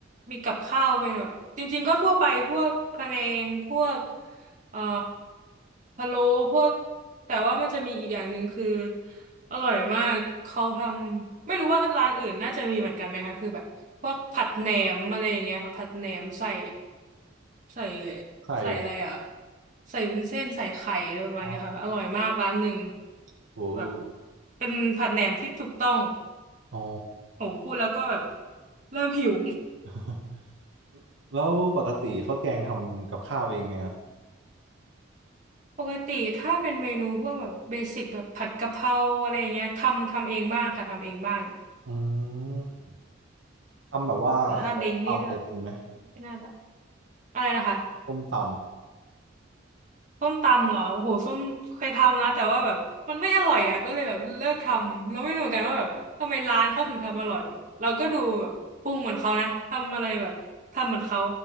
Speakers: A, on the right (about 40°); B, on the right (about 70°).
A: มีกับข้าวเป็นแบบจริงๆก็ทั่วไปพวกพะแนงพวกเอ่อพะโล้พวกแต่ว่ามันจะมีอีกอย่างหนึ่งคืออร่อยมากเขาทำไม่รู้ว่าร้านอื่นน่าจะมีเหมือนกันไหมคะคือแบบพวกผัดแหนมอะไรอย่างเงี้ยค่ะผัดแหนมใส่ใส่
B: ไข่เหรอ
A: ใส่อะไรอ่ะใส่วุ้นเส้นใส่ไข่อะไรประมาณเนี้ยค่ะอร่อยมากร้านหนึ่ง
B: อ๋อโอ้โห
A: แบบเป็นผัดแหนมที่ถูกต้อง
B: อ๋อ
A: โหพูดแล้วก็แบบเริ่มหิว
B: <laughs> แล้วปกติข้าวแกงทำกับข้าวเองไหมฮะ
A: ปกติถ้าเป็นเมนูพวกแบบเบสิกแบบผัดกะเพราอะไรอย่างเงี้ยทำทำเองบ้างค่ะทำเองบ้าง
B: อืม ทำแบบว่าส้มตำอะไรเป็นไหม
A: แต่ถ้าเล้งนี่ไม่น่าจะอะไรนะคะ
B: ส้มต
A: ส้มตำเหรอโอ้โหส้มเคยทำนะแต่ว่าแบบมันไม่อร่อยอ่ะก็เลยแบบเลิกทำแล้วไม่รู้เหมือนกันว่าแบบทำไมร้านเขาถึงทำอร่อยแบบเราก็ดูแบบปรุงเหมือนเขานะทำอะไรแบบทำเหมือนเขา